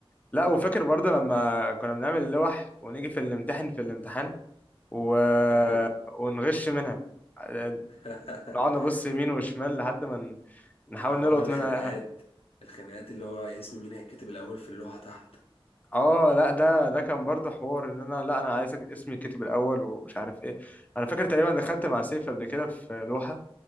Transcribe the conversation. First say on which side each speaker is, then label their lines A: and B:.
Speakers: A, on the left (about 15°); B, on the left (about 75°).
A: لا وفاكر برضه لما كنا بنعمل اللوح ونيجي في الامتحان في الامتحان و...
B: <laughs> ايوه
A: ونغش منها آه،
B: <laughs>
A: نقعد نبص يمين وشمال لحد ما ن- نحاول
B: وحوار
A: نلقط
B: الخناقات
A: منها
B: الخناقات اللي هو اسم مين هيتكتب الاول في اللوحة تحت
A: اه لا ده ده كان برضه حوار ان انا لا انا عايز اسمي يتكتب الاول ومش عارف ايه انا فاكر تقريبا دخلت مع سيف قبل كده في لوحه